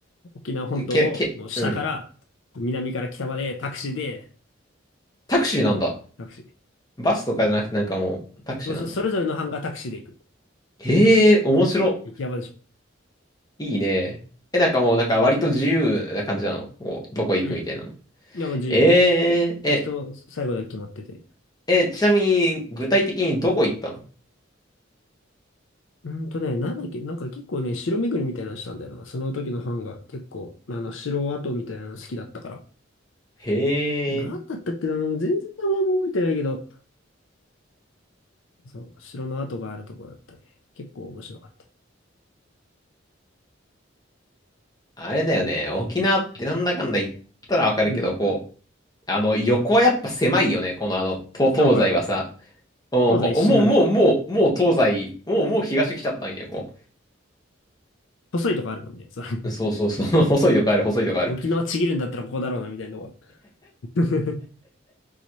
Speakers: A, on the left; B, on the left.
A: 沖縄本島を、
B: うんけ、け、
A: もう下から、
B: うん。
A: 南から北まで、タクシーで、
B: タクシーなんだ。
A: タクシー。
B: バスとかじゃなくてなんかもうタクシーなんだ。
A: もうそ、それぞれの班がタクシーで行く。
B: へえ、面白。
A: 行き山でしょ。
B: いいね。え、なんかもうなんか割と自由な感じなの。こう、どこ行くみたいなの。
A: うん。でも自由。
B: えー、
A: 行きと最後だけ決まってて。
B: え、え、ちなみに具体的にどこ行ったの
A: うーんとね、なんだっけ、なんか結構ね、城巡りみたいなのしたんだよな。その時のファンが結構、あの、城跡みたいなの好きだったから。
B: へえ。
A: なんだったっけな、もう全然名前も覚えてないけど、そう、城の跡があるところだったね。結構面白かった。
B: あれだよね。沖縄ってなんだかんだ言ったらわかるけど、
A: うん。
B: こう、あの、横はやっぱ狭いよね。このあの、と東西はさ。
A: あ、わかる。
B: うんこうもう、
A: 東西一瞬なんだよな。
B: もう、もう、もう東西、もう、もう東来ちゃったんや、こ
A: 細いとこあるもんね。そう。<laughs>
B: う。そうそうそう。<laughs> 細いとこある、細いとこある。
A: 沖縄ちぎるんだったらここだろうな、みたいなとこ。<laughs>